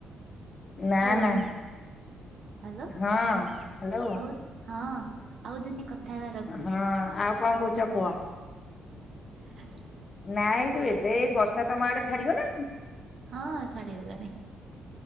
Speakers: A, on the left; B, on the right.
A: ନା
B: ହ୍ୟାଲୋ
A: ନା
B: ହ୍ୟାଲୋ
A: ହଁ ହ୍ୟାଲୋ
B: ହଉ ହଁ ଆଉ ଦନେ କଥା ହେବା ରଖୁଛି।
A: ହଁ ଆଉ କଣ କହୁଛ କୁହ।
B: ଆ
A: ନାଇଁଇ ଯୋଉ ଏବେ ବର୍ଷା ତମ ଆଡେ ଛାଡିଗଲାଣି?
B: ହଁ ଛାଡିଗଲାଣି।